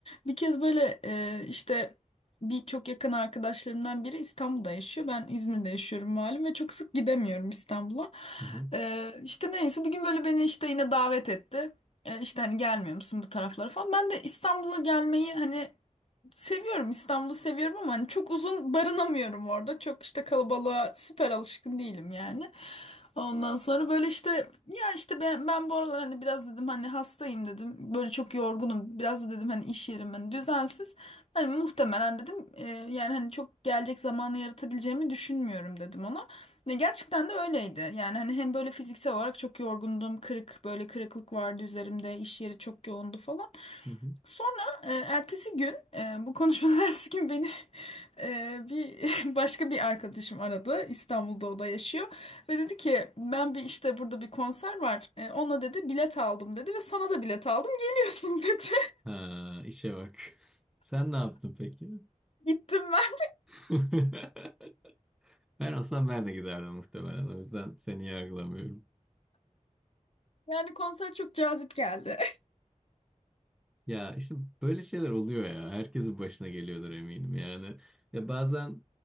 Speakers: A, on the left (about 50°); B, in the centre.
A: Bir kez böyle e, işte bir çok yakın arkadaşlarımdan biri İstanbul'da yaşıyor. Ben İzmir'de yaşıyorum malum ve çok sık gidemiyorum İstanbul'a.
B: Hı hı.
A: E, işte neyse bir gün böyle beni işte yine davet etti. E, işte hani gelmiyor musun bu taraflara falan. Ben de İstanbul'a gelmeyi hani Seviyorum İstanbul'u seviyorum ama hani çok uzun barınamıyorum orada. Çok işte kalabalığa süper alışkın değilim yani. Ondan sonra böyle işte ya işte ben, ben bu aralar hani biraz dedim hani hastayım dedim. Böyle çok yorgunum. Biraz da dedim hani iş yerim hani düzensiz. Hani muhtemelen dedim e, yani hani çok gelecek zamanı yaratabileceğimi düşünmüyorum dedim ona. Ne gerçekten de öyleydi. Yani hani hem böyle fiziksel olarak çok yorgundum. Kırık böyle kırıklık vardı üzerimde. iş yeri çok yoğundu falan.
B: Hı hı.
A: Sonra e, ertesi gün e, bu konuşmadan <laughs> ertesi gün beni e, bir <laughs> başka bir arkadaşım aradı. İstanbul'da o da yaşıyor ve dedi ki ben bir işte burada bir konser var. E, ona dedi bilet aldım dedi ve sana da bilet aldım geliyorsun <laughs> dedi.
B: Ha, işe bak. <laughs> Sen ne yaptın peki?
A: Gittim ben.
B: <laughs> Ben olsam ben de giderdim muhtemelen. O yüzden seni yargılamıyorum.
A: Yani konser çok cazip geldi.
B: Ya işte böyle şeyler oluyor ya. Herkesin başına geliyordur eminim yani. Ya bazen